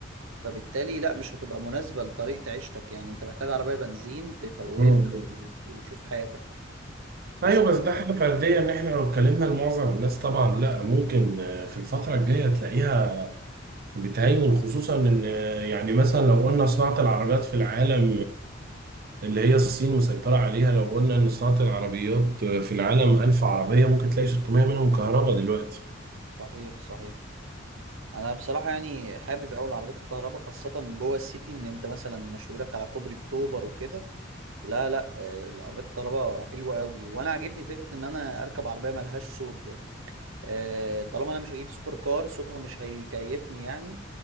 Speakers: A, on the right; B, on the right.
A: فبالتالي لا مش هتبقى مناسبة لطريقة عيشتك يعني انت محتاج عربية بنزين تفولها
B: مم.
A: وت- وتشوف حياتك بس
B: ايوه بس
A: <laughs>
B: ده حاجة فردية ان احنا لو اتكلمنا لمعظم الناس طبعا لا ممكن آه، في الفترة الجاية تلاقيها بتهيمن خصوصا ان يعني مثلا لو قلنا صناعة العربيات في العالم اللي هي الصين مسيطرة عليها لو قلنا ان صناعة العربيات في العالم 1000 عربية ممكن تلاقي 600 منهم كهرباء دلوقتي
A: صحيح صحيح انا بصراحة يعني حابب اوي العربيات الكهرباء خاصة جوه السيتي ان انت مثلا مشوارك على كوبري اكتوبر وكده لا لا آه، العربيات الكهرباء حلوة اوي وانا عاجبني فكرة ان انا اركب عربية ملهاش صوت ده آه، طالما انا مش هجيب سوبر كار صوتها مش هيكيفني يعني